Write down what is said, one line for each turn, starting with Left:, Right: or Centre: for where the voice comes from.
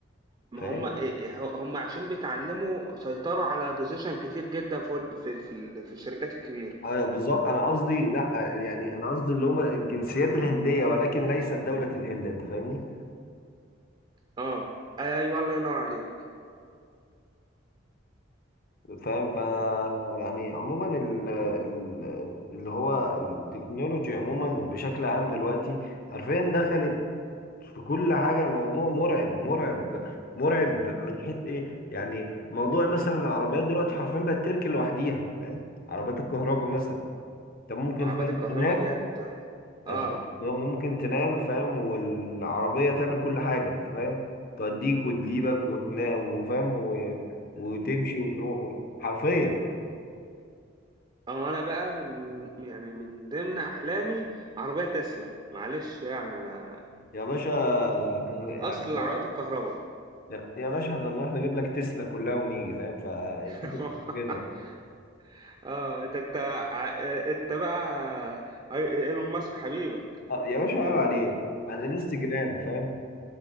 Right: ما
Left: فاهم
Right: هم آآ هم عشان بيتعلموا سيطروا على position كتير جدًا في ورد في في ال في الشركات الكبيرة،
Left: ايوه بالظبط انا قصدي لا يعني انا قصدي اللي هم الجنسيات الهندية ولكن ليست دولة الهند انت فاهمني
Right: آه، أيوه الله ينور عليك،
Left: فاهم ف يعني عموما ال... ال... اللي هو التكنولوجي عموما بشكل عام دلوقتي حرفيا دخلت في كل حاجة الموضوع مرعب مرعب مرعب من حيث ايه يعني موضوع مثلا العربيات دلوقتي حرفيا بقت تركن لوحديها فاهم عربيات الكهرباء مثلا انت ممكن
Right: عربات
Left: فاهم
Right: الكهربا
Left: تنام
Right: ديّة آه،
Left: أنت ممكن تنام فاهم والعربية تعمل كل حاجة انت فاهم توديك وتجيبك وتنا وفاهم و... وتمشي وتروح و... حرفيا
Right: آه أنا بقى من يعني من ضمن أحلامي عربية تسلا، معلش يعني أنا
Left: يا باشا احنا يعني
Right: أصل
Left: فاهم؟
Right: العربيات الكهربا.
Left: يا يا باشا احنا نروح نجيب لك تسلا كلها ونيجي فاهم فالفكرة
Right: <laughs>
Left: مش في كده
Right: آه ده أنت ع- أنت بقى أي- إيلون ماسك حبيبك
Left: اه يا باشا عيب عليه على الانستجرام فاهم